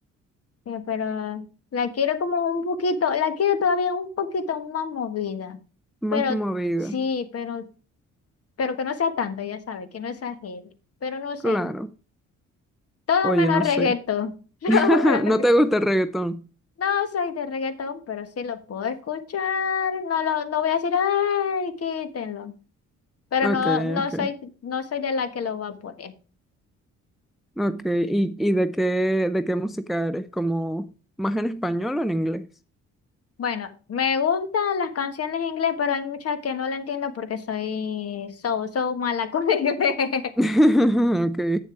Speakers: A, on the left; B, in the centre.
A: Eh, Pero la quiero como un poquito, la quiero todavía un poquito más movida.
B: más
A: Pero
B: movida,
A: sí, pero, pero que no sea tanto, ya sabe, que no exagere. Pero no sé,
B: claro.
A: todo
B: Oye,
A: menos
B: no
A: reggaetón.
B: sé.
A: <laughs> Todo
B: <laughs>
A: menos
B: ¿No
A: reggaetón.
B: te gusta el reggaetón?
A: No soy de reggaetón, pero sí lo puedo escuchar. No lo, no voy a decir, ay, quítenlo. Pero
B: Ok,
A: no, no
B: ok,
A: soy, no soy de la que lo va a poner.
B: ok. ¿Y, y de qué, de qué música eres? ¿Como más en español o en inglés?
A: Bueno, me gustan las canciones en inglés, pero hay muchas que no la entiendo porque soy so, so mala <laughs> con el inglés.
B: <laughs> Ok,